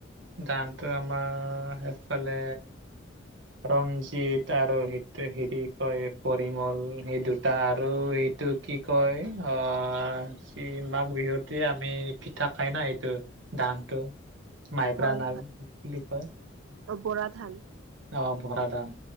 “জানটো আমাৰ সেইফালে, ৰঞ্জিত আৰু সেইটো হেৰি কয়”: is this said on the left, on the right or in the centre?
Right